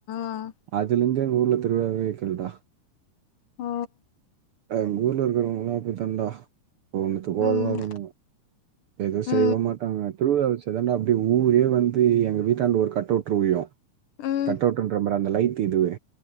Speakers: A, on the left (about 80°); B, on the right (about 65°).
A: ஆ
B: அதுலேந்தே எங் ஊர்ல திருவிழாவே வைக்கல டா
A: ஓ
B: எங் ஊர்ல இர்க்குறவங்லா அப்டி தாண்டா ஒன்னுத்துக்கு
A: ம்
B: ஒதவாதவனுக எது
A: ம்
B: செயவு மாட்டாங்க திருவிழா வெச்சாதாண்டா டே ஊரே வந்து எங்க வீட்டாண்ட வந்து ஒரு கட்டவுட்று விழு
A: ம்
B: கட்டவுட்டுன்ற பாரு அந்த லைட்டு இதுவு